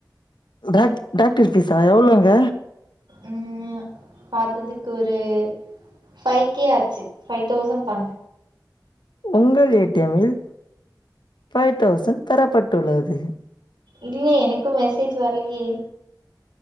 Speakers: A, on the left; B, on the right.
A: டாக் டாக்டர் ஃபீஸா எவ்வளோங்க
B: ம் பாத்ததுக்கு ஒரு ஃபைவ்கே ஆச்சு ஃபைவ் தௌசண்ட் தாங்க
A: உங்கள் ஏ டி எம் இல் ஃபைவ் தௌசண்ட் பெறப்பட்டுள்ளது
B: இல்ல எனக்கு மெசேஜ் வர்லேயே